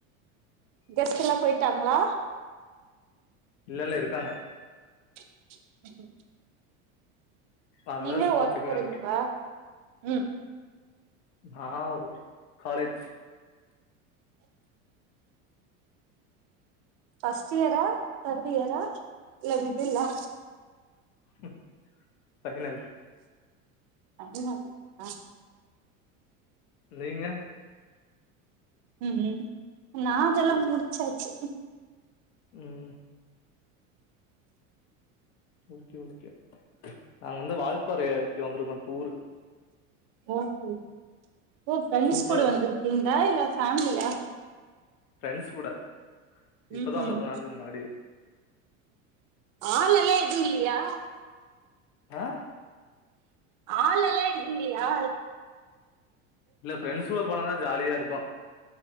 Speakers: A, on the right; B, on the left.
A: கெஸ்ட் எல்லா போயிட்டாங்களா
B: இல்லல்ல இருக்காங்க
A: ம் ம்
B: அதனால
A: நீங்க
B: சும்மா
A: ஒர்க்
B: சிக்கன்
A: போறீங்கா
B: எடுத்து
A: ம்
B: நா காலேஜ்
A: ஃபஸ்ட் இயர தேர்ட் இயர இல்ல மிடிலா
B: <unintelligible> பகிலால்ல
A: <unintelligible> ஆ
B: நீங்க
A: ம் ம் நா ஜல்ல முடுச்சாச்சு
B: ம் ஓகே ஓகே நாங்க வந்து வால்பாற ஏரியக்கு வந்துருக்கோ டூரு
A: ஓ சேர் ஓ ஃப்ரெண்ட்ஸ்
B: சூப்பரா
A: கூட
B: இருக்கு
A: வந்துருக்கீங்ளா இல்ல ஃபேமிலியா
B: ஃப்ரெண்ட்ஸ்கூட இப்பதா
A: ம்
B: வந்த
A: ம்
B: கொஞ்ச நேரத்துக்கு முன்னாடி
A: ஆளல்லா எது இல்லயா
B: ஆ
A: ஆளல்லா எது இல்லயா
B: இல்ல ஃப்ரெண்ட்ஸ் கூட போனாதா ஜாலியா இருக்கு